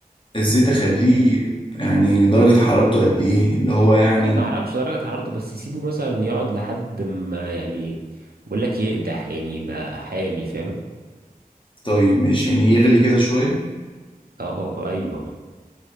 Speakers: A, on the left; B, on the right.
A: الزيت اخليه يعني درجة حرارته قد ايه اللي هو يعني
B: لا ما اعرفش درجة حرارته بس سيبه مثلا يقعد لحد ما يعني بقول لك يقدح يعني يبقى حامي فاهم
A: طيب ماشي يعني يغلي كده شوية
B: اه آه، آه، ايوه